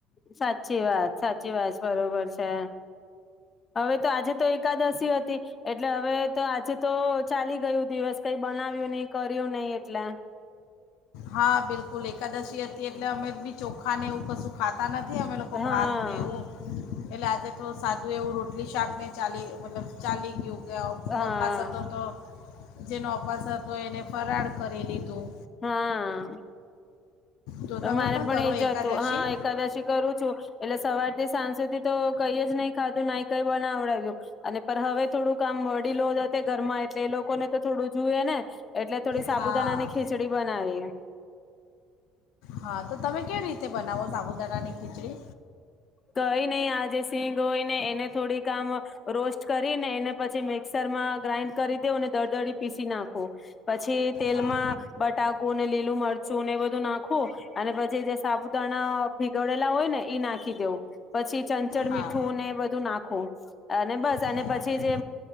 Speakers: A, on the left; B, on the left.
A: સાચી વાત સાચી વાત બરોબર છે હવે તો આજે તો એકાદશી હતી. એટલે હવે તો આજે તો ચાલી ગયું દિવસ કઈ બનાવ્યું નહી કર્યું નહી એટલે
B: હા બિલકુલ એકાદશી હતી એટલે અમે બી ચોખા ને એવું કશું ખાતા નથી. અમે લોકો
A: હા
B: ભાત ને એવું એટલે આજે તો. સાધું એવું રોટલી શાકને ચાલી મતલબ ચાલી ગયું. જે
A: હા
B: ઓપ્પાસ હતો તો. જેનો અપાસ હતો એને ફરાર કરી લીધું.
A: હા
B: તો તમે
A: મારે પણ
B: કરો
A: એજ હતું
B: એકાદશી
A: હા એકાદશી કરું છું એટલે સવારથી સાંજ સુધી તો. કઈ જ નહી ખાધું નઈ કઈ બનાવડું અને હવે થોડું કામ વડી લોધ ઘરમાં એટલે એ લોકોને તો થોડું જોઈએ ને એટલે થોડી સાબુદાણા
B: હા
A: ની ખીચડી બનાવી.
B: હા તો તમે કેવી રીતે બનાવો સાબુદાણાની ખીચડી
A: કઈ નહી આ જે સિંગ હોય ને એને થોડીક આમ રોસ્ટ કરીને એને પછી મિક્સરમાં ગ્રાઇન્ડ કરી દે ને દળદડી પીસી નાખો. પછી તેલમાં
B: હા
A: બટાકુ ને લીલું મરચું એ બધું નાખવું. અને પછી જે સાબુદાણા ભીગડેલા હોય ને ઈ નાખી દેવું. પછી. ચંચળ
B: હા
A: મીઠું ને બધું નાખવું. અને બસ
B: બરાબર
A: અને પછી જે.